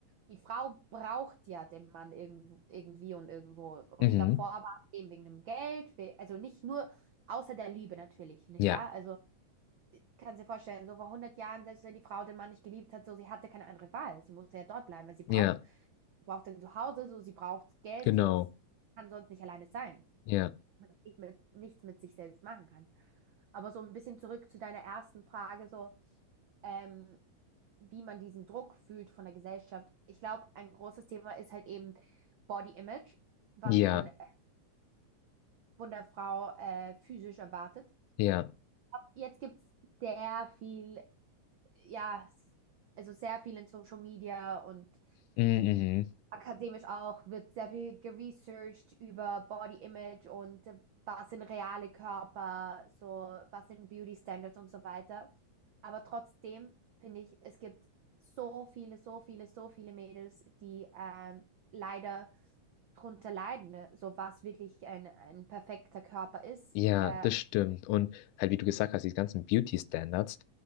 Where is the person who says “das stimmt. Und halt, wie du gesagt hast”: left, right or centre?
Left